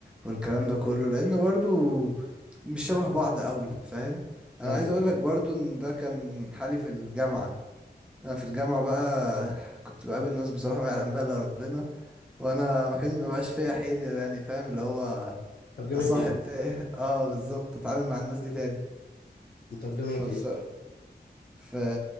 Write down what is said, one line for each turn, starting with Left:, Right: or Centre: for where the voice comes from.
Centre: والكلام ده كله لان برضو مش شبه بعض قوي فاهم انا
Left: ايوه
Centre: عايز اقولك
Left: ايوه
Centre: برضو ان ده كان حالي في الجامعة انا في الجامعه بقى كنت بقابل ناس بصراحه ما يعلم بها الا ربنا وانا ما كان ما بقاش فيا حيل يعني فاهم اللي هو
Left: طب جامعة
Centre: اصاحب
Left: ايه؟
Centre: تاني <laughs> اه بالظبط اتعامل مع الناس دي تاني
Left: انت في جامعة
Centre: فبصراحه
Left: ايه صح؟
Centre: في